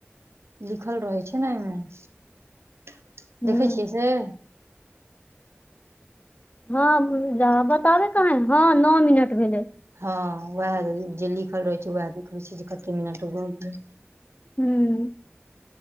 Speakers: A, on the right; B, on the left.
A: लिखल रहै छै न अय में।
B: हूँ
A: देखै छियै से?
B: हँ जा बताबै कहाँ है हँ नऽ मिनट भेलै।
A: हँ वएह जे लिखल रहै छै उएह देखबय छै जे कत्ते मिनट भऽ गेल।
B: हूं।